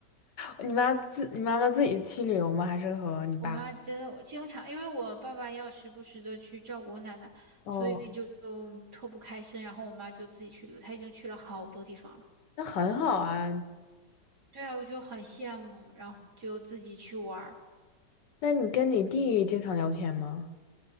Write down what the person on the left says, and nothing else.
你妈自你妈妈自己去旅游吗？还是和你爸？
哦，
那很好啊。
那你跟你弟经常聊天吗？